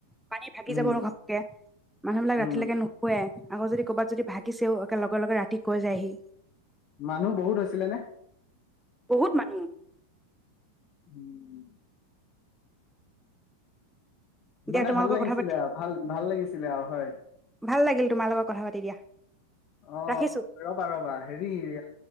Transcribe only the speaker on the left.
উম
উম
মানুহ বহুত হৈছিলে নে
উম
মানে
ভাল লাগিছিলে
আৰু ভাল ভাল লাগিছিল ছিলে হয়
অ
ৰবা ৰবা হেৰিয়